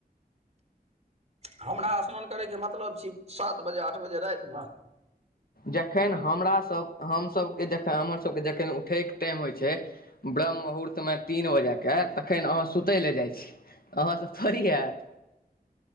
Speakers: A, on the right; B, on the left.
A: हमरा स्नान करैके मतलब छी, सात बजे आठ बजे रातिमें।
B: जखन हमरा सभ, हम सबके जखन हमर सबके जखन उठयके टाइम होइ छै ब्रम्ह मुहूर्त में तीन बजेके तखन अहाँ सुतय लए जाइ छी। आहां तऽ थोड़ी हैत।